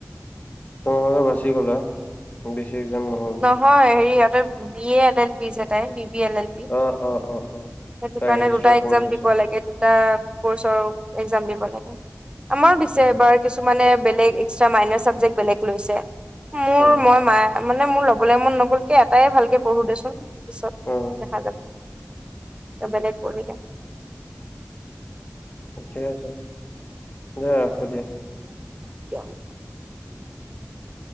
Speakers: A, on the left (about 30°); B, on the right (about 20°).
A: তোমালোকে বাছি গ'লা, বেছি এক্সাম নহ'ল।
B: হয়, হেৰি ইহঁতৰ বি, এ, এল, এল তাই B, B, L, L, B.
A: অ, অ, অ, অ,
B: সেইটো
A: তাৰ
B: কাৰণে
A: এক্সট্ৰা
B: দুটা এক্সাম
A: কৰ্চ আছে
B: দিব লাগে দুটা কৰ্চৰ এক্সাম দিব লাগে। আমাৰো দিছে
A: অ
B: এইবাৰ কিছুমানে বেলেগ এক্সট্ৰা মাইনৰ চাবজেক্ট বেলেগ লৈছে। মোৰ
A: অ
B: মই মা। মানে মোৰ লবলৈ মন নগল কে এটাই ভালকে পঢ়ো দেচোন পিছত
A: অ
B: দেখা যাব। বেলেগ পঢ়িলে
A: ঠিকে আছে দিয়া ৰাখো দিয়া
B: <unintelligible>
A: <inaudible>